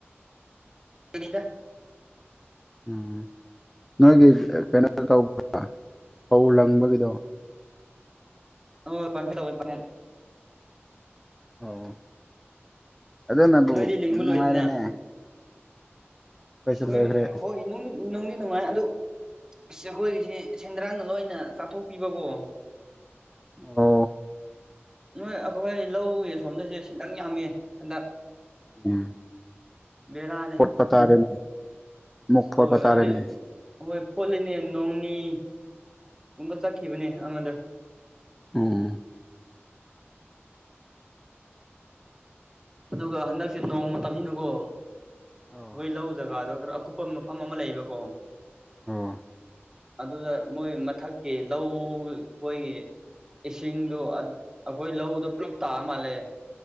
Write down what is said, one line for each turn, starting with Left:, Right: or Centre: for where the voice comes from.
Right: ꯗ <unintelligible>
Centre: ꯎꯝ ꯅꯣꯏꯒꯤ ꯀꯩꯅꯣ ꯇꯧꯕ꯭ꯔꯥ ꯐꯧ ꯂꯪꯕꯒꯤꯗꯣ
Right: ꯑꯣ ꯄꯪ ꯇ <unintelligible>
Centre: ꯑꯣ ꯑꯗꯨꯅꯕꯨ
Right: ꯅꯣꯏꯗꯤ ꯂꯤꯡꯕ
Centre: ꯅꯨꯡꯉꯥꯏꯔꯦꯅꯦ
Right: ꯂꯣꯏꯗꯅ
Centre: ꯑꯩꯈꯣꯏꯁꯨ
Right: ꯁꯣꯏ
Centre: ꯂꯣꯏꯈ꯭ꯔꯦ
Right: ꯍꯣꯏ ꯅꯨꯡꯗꯤ ꯅꯨꯡꯉꯥꯏ ꯑꯗꯨ ꯑꯁ ꯑꯩꯈꯣꯏꯒꯤꯁ‌ꯦ ꯁꯦꯟꯗ꯭ꯔꯥꯡꯅ ꯂꯣꯏꯅ ꯆꯥꯊꯣꯛꯄꯤꯕꯀꯣ
Centre: ꯑꯣ
Right: ꯅꯣꯏ ꯑꯩꯈꯣꯏ ꯂꯧꯒꯤ ꯁꯣꯝꯗꯁꯦ ꯁ <unintelligible> ꯌꯥꯝꯃꯤ ꯍꯟꯗꯛ
Centre: ꯎꯝ
Right: ꯕꯦꯔꯥ
Centre: ꯄꯇꯥꯔꯦꯅꯦ ꯃꯨꯛ ꯐꯣꯔ
Right: ꯑꯧ
Centre: ꯄꯇꯥꯔꯦꯅꯦ
Right: ꯑꯗꯨꯗꯤ ꯍꯣꯏ ꯐꯣꯂꯤꯅꯦ ꯅꯣꯡꯅꯤꯒꯨꯝꯕ ꯆꯠꯈꯤꯕꯅꯦ ꯑꯃꯗ
Centre: ꯑꯣ
Right: ꯑꯗꯨꯒ ꯍꯟꯗꯛꯁꯦ ꯅꯣꯡ ꯃꯇꯝꯅꯤꯅꯤꯅꯀꯣ
Centre: ꯑꯣ
Right: ꯑꯈꯣꯏ ꯂꯧ ꯖꯒꯥꯗꯣ ꯈꯔ ꯑꯀꯨꯞ ꯃꯐꯝ ꯑꯃ ꯂꯩꯕꯀꯣ
Centre: ꯑꯣ
Right: ꯑꯗꯨꯗ ꯃꯣꯏ ꯃꯊꯛꯀꯤ ꯂꯧ ꯈꯣꯏꯒꯤ ꯏꯁꯤꯡꯗꯣ ꯑꯈꯣꯏ ꯂꯧꯗꯣ ꯄꯨꯂꯞ ꯇꯥ ꯃꯥꯜꯂꯦ